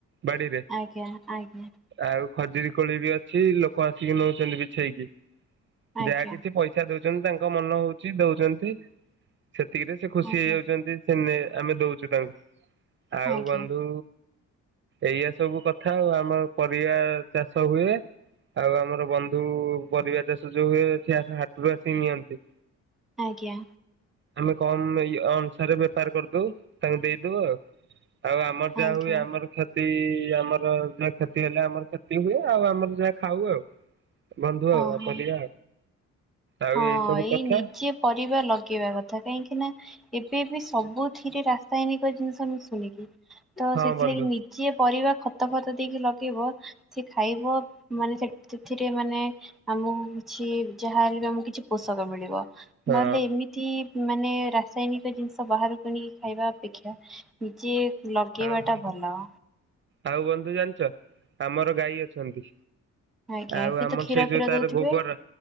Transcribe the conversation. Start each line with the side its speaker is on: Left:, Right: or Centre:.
Right: ବାଡ଼ିରେ।
Centre: ଆଜ୍ଞା ଆଜ୍ଞା
Right: ଆଉ ଖଜୁରୀ କୋଳି ବି ଅଛି ଲୋକ ଆସିକି ନେଉଚନ୍ତି ବିଛେଇକି
Centre: ଆଜ୍ଞା।
Right: ଯାହା କିଛି ପଇ ସା ଦଉଚନ୍ତି ତାଙ୍କ ମନ ହଉଚି ଦଉଚନ୍ତି। ସେତିକିରେ ସେ ଖୁସି
Centre: ଆଜ୍ଞା
Right: ହେଇଯାଉଚନ୍ତି ସେନେ ଆମେ ଦଉଚୁ ତାଙ୍କୁ ଆଉ
Centre: ଆଜ୍ଞା
Right: ବନ୍ଧୁ ଏଇଆା ସବୁ କଥା ଆଉ ଆମର ପରିବା ଚାଷ ହୁଏ। ଆଉ ଆମର ବନ୍ଧୁ ପରିବା ଚାଷ ଯୋଉ ହୁଏ ସେ ହାଟରୁ ଆସିକି ନିଅନ୍ତି।
Centre: ଆଜ୍ଞା।
Right: ଆମେ କମ ଅନୁସାରେ ବେପାର କରିଦେଉ ତାଙ୍କୁ ଦେଇଦଉ ଆଉ। ଆଉ ଆମର ଯାହା
Centre: ଆଜ୍ଞା
Right: ହୁଏ ଆମର କ୍ଷତି ଆମର ଯାହା କ୍ଷତି ହେଲେ ଆମର କ୍ଷତି ହୁଏ ଆଉ ଆମର ଯାହା ଖାଉ ଆଉ। ବନ୍ଧୁ ଆଉ
Centre: ଓହୋ
Right: ଆଉ ପରିବା ଆଉ
Centre: ହଁ
Right: ଏଇ ସବୁ କଥା।
Centre: ନିଜେ ପରିବା ଲଗେଇବା କଥା କାହିଁକି ନା ଏବେ ବି ସବୁଥିରେ ରାସାୟନିକ ଜିନିଷ ମିଶୁନିକି ତ
Right: ହଁ
Centre: ସେଥିଲାଗି
Right: ବନ୍ଧୁ
Centre: ମି ଯିଏ ପରିବା ଖତ ଫତ ଦେଇକି ଲଗେଇବ ସି ଖାଇବ ମାନେ ସେଥିରେ ମାନେ ଆମକୁ କିଛି ଯାହାହେଲେ ବି ଆମକୁ କିଛି ପୋଷକ ମିଳିବ
Right: ହଁ
Centre: ନହେଲେ ଏମିତି ତି ମାନେ ରାସାୟିନିକ ଜିନିଷ ବାହାରୁ କିଣିକି ଖାଇବା ଅପେକ୍ଷା ନିଜେ ଲଗେଇବା
Right: ଆଉ ବନ୍ଧୁ
Centre: ଟା ଭଲ।
Right: ଆଉ ବନ୍ଧୁ ଜାଣିଚ ଆମର ଗାଈ ଅଛନ୍ତି।
Centre: ଆଜ୍ଞା
Right: ଆଉ ଆମର
Centre: ତ କ୍ଷୀର
Right: ସେ ଯୋଉ
Centre: ଫିର
Right: ତାର
Centre: ଦଉଥିବେ
Right: ଗୋବର